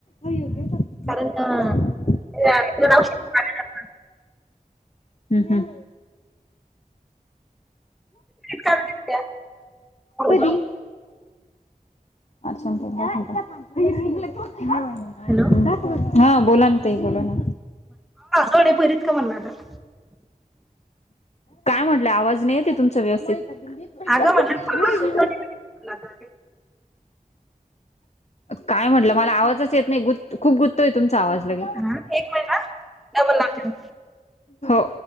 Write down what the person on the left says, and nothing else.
हम्म
हम्म,
हम्म हम्म.
कधी?
अच्छा. <unintelligible>
हा बोला ना ताई बोला ना.
काय म्हटल्या, आवाज नाही येतय तुमचा व्यवस्थित. नाही ग
बाई. <unintelligible>
काय म्हंटलं मला आवाजच येत नाही, गु खूप गुत्तोय तुमचा आवाज लगे,
हो.